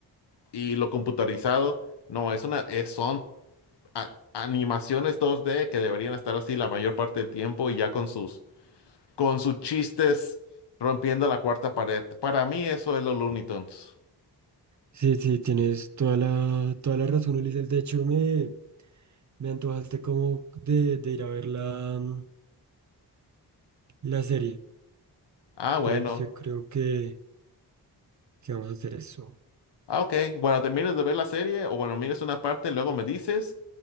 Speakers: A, on the left; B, on the right.
A: y lo computarizado. No, es una, es- son a- animaciones 2D que deberían estar así la mayor parte del tiempo y ya con sus con sus chistes rompiendo la cuarta pared. Para mí eso es los Looney Tunes.
B: sí, sí, tienes toda la, toda la razón, Ulises. De hecho, me... Me antojaste como de, de ir a ver la, mm, la serie.
A: Ah, bueno.
B: Entonces yo creo que, que vamos a hacer eso.
A: Ah, ok. Bueno, termines de ver la serie o bueno, mires una parte, luego me dices